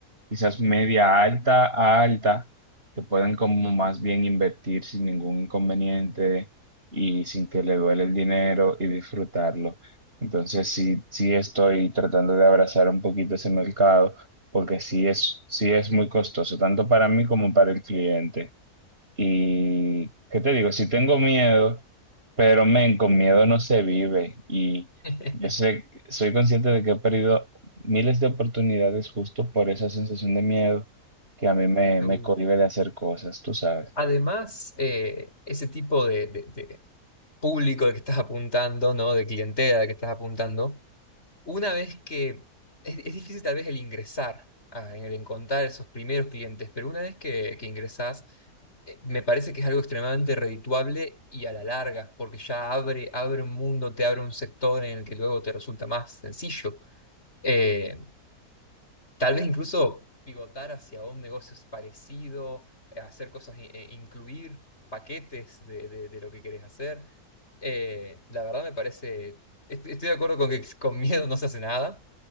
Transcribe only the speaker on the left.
<laughs>
Seguro.
Además, eh, ese tipo de, de- de público al que estás apuntando, ¿no? De clientela al que estás apuntando, una vez que es, es difícil tal vez el ingresar, a- el encontrar esos primeros clientes, pero una vez que, que ingresás, eh, me parece que es algo extremadamente redituable y a la larga, porque ya abre, abre un mundo, te abre un sector en el que luego te resulta más sencillo. Eh, Tal vez incluso pivotar hacia un negocio es parecido, eh, hacer cosas, i- eh, incluir paquetes de, de- de lo que querés hacer. Eh, la verdad me parece, est- estoy de acuerdo con que con miedo no se hace nada.